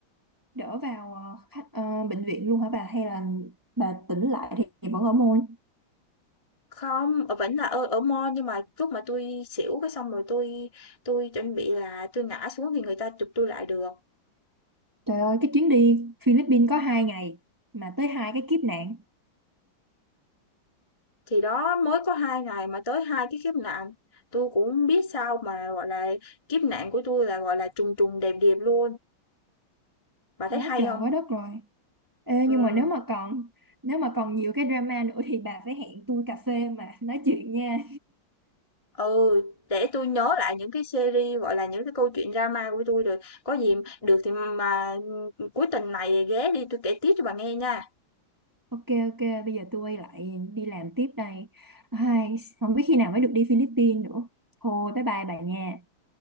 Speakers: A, on the right (about 25°); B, on the left (about 15°).
A: Đỡ vào ờ, khách, ờ, bệnh viện luôn hả bà Hay là bà tỉnh lại thì, thì vẫn ở môn
B: Không, ờ, vẫn là ở ở mall nhưng mà lúc mà tôi xỉu cái xong rồi tôi tôi chuẩn bị là tôi ngã xuống thì người ta chụp tôi lại được.
A: Trời ơi cái chuyến đi Philippines có 2 ngày Mà tới hai cái kiếp nạn
B: Thì đó, mới có 2 ngày mà tới 2 cái kiếp nạn, tôi cũng hông biết sao mà, gọi là, kiếp nạn của tôi là, gọi là, trùng trùng đẹp đẹp luôn. Bà thấy
A: Quá
B: hay
A: trời
B: không?
A: quá đất rồi Ê,
B: Ừm,
A: nhưng mà nếu mà còn nếu mà còn nhiều cái drama nữa thì bà phải hẹn tôi cà phê mà nói chuyện nha.
B: ừ, để tôi nhớ lại những cái series, gọi là, những cái câu chuyện drama của tôi rồi có gì được thì mà, cuối tuần này ghé đi tôi kể tiếp cho bà nghe nha.
A: Ok ok, bây giờ tôi quay lại đi làm tiếp đây. Ai, không biết khi nào mới được đi Philippines nữa. Thôi bye bye bà nha.